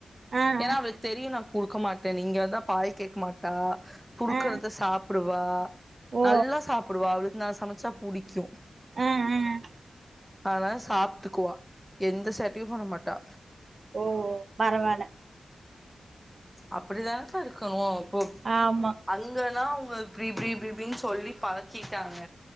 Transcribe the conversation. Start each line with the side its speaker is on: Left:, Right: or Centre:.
Right: ஆ ஆ
Centre: ஏன்னா அவலு தெரியு நான் குடுக்க மாட்டேனு இங்க வந்தா பால் கேக்க மாட்டா குடுக்கறத
Right: ஆ
Centre: சாப் டுவா
Right: ஓ
Centre: நல்லா சாப்டுவா அவளுக்கு நா சமச்சா புடிக்கும்
Right: ம் ம்
Centre: அவ சாப்ட்டுக்குவா எந்த சேட்டையும் பண்ண மாட்டா
Right: ஓ ஓ பரவால
Centre: அப்டிதான்கா இருக்கணும் இப்போ
Right: ஆமா
Centre: அங்கதான் அவுங்க ப்டி ப்டி ப்டின்னு சொல்லி பழக்கிட்டாங்க